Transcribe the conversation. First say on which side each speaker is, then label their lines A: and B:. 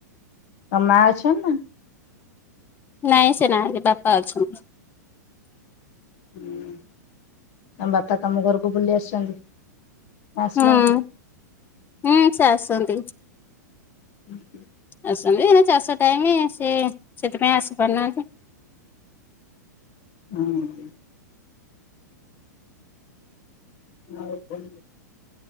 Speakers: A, on the left; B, on the left.
A: ତମ ମା ଅଛନ୍ତି ନା?
B: ନାଇଁ ସେ ନାହାନ୍ତି ବାପା ଅଛନ୍ତି।
A: ହୁଁ ତମ ବାପା ତମ ଘରକୁ ବୁଲି ଆସିନ୍ତି? ଆସୁନାହାନ୍ତି।
B: ହୁଁ ହୁଁ ସେ ଆସନ୍ତି।
A: ହୁଁ <inaudible>
B: ଆସନ୍ତି ଏ ଚାଷ ଟାଇମ ସେ ସେଥିପାଇଁ ଆସିପାରୁନାହାନ୍ତି।
A: ହଁ। ଆଉ କୁହ